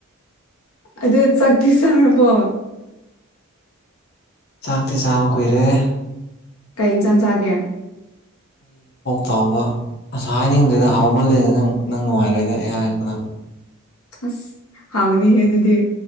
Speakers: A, on the left; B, on the left.
A: ꯑꯗꯨ ꯆꯠꯈꯤ ꯆꯥꯔꯕꯣ
B: ꯆꯥꯛꯇꯤ ꯆꯥꯕ ꯀꯨꯏꯔꯦ
A: ꯀꯩꯟꯁꯥꯡꯖꯒꯦ
B: ꯆꯥꯎꯕ ꯑꯁ ꯍꯥꯏꯅꯤꯡꯗꯦꯗ ꯍꯥꯎꯃꯜꯂꯗ ꯅꯪ ꯅꯪ ꯅꯨꯡꯉꯥꯏꯔꯣꯏꯗ ꯑꯩ ꯍꯥꯏꯔꯛꯄꯅ
A: ꯑꯁ ꯍꯥꯎꯅꯤ ꯍꯦ ꯑꯗꯨꯗꯤ